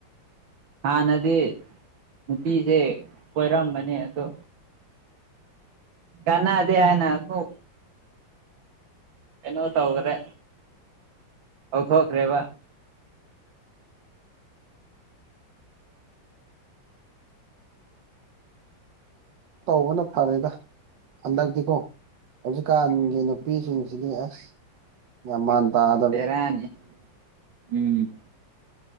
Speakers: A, on the right; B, on the right.
A: ꯍꯥꯟꯅꯗꯤ ꯅꯨꯄꯤꯁꯦ ꯀꯣꯏꯔꯝꯕꯅꯦ ꯑꯗꯣ ꯀꯥꯅꯥꯗꯦ ꯍꯥꯏꯅ ꯀꯣ ꯀꯩꯅꯣ ꯇꯧꯒꯔꯦ ꯇꯣꯛꯊꯣꯛꯈ꯭ꯔꯦꯕ
B: ꯇꯧꯕꯅ ꯐꯔꯦꯗ ꯍꯟꯗꯛꯇꯤꯀꯣ ꯍꯧꯖꯤꯛꯀꯥꯟꯒꯤ ꯅꯨꯄꯤꯁꯤꯡꯁꯤꯗꯤ ꯑꯁ ꯌꯃꯥꯟ ꯇꯥ
A: ꯕꯦꯔꯥꯅꯤ ꯎꯝ